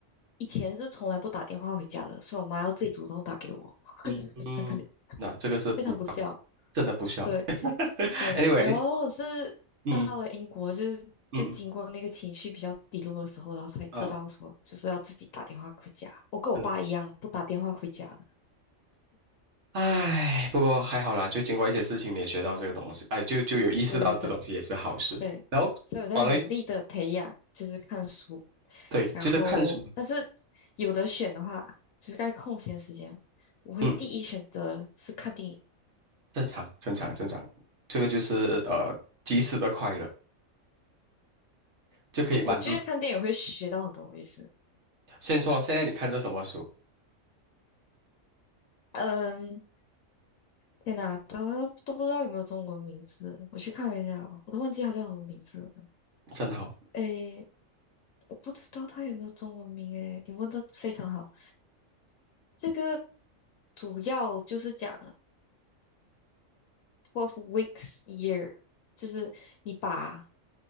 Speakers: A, on the left; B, on the right.
A: 以前是从来不打电话回家的，所以我妈要自己主动打给我，<laughs>
B: 嗯嗯，
A: 很可怜，
B: 那这个是不需要
A: 非常不孝。
B: 真的不需要。
A: 对。
B: <laughs>
A: 对，
B: Anyways，
A: 然后是到了英国就，
B: 嗯
A: 是就经过那个情绪比较低落的时候，
B: 嗯
A: 然后才知道说，
B: 嗯啊，
A: 就是要自己打电话回家。我跟我爸一样，
B: 是的，
A: 不打电话回家了。
B: 唉，不过还好啦，就经过一些事情你也学到这个东西，哎，就就有意识到这东西也是好事，
A: 对对对对，
B: 然后反而
A: 所以我在努力的培养，就是看书，
B: 对，
A: 然后但是
B: 就是看书。
A: 有的选的话，就是在空闲时间，我会第一选择是看电影。
B: 嗯。正常，正常，正常，这个就是呃及时的快乐，就可以满足。
A: 呃我觉得看电影会学到很多，也是，
B: 先说现在你看这什么书，
A: 嗯，天哪，他都不知道有没有中文名字，我去看了一下哦我都忘记他叫什么名字了。
B: 正好
A: 诶，我不知道他有没有中文名，诶，你问的非常好。这个主要就是讲 twelve weeks year，就是你把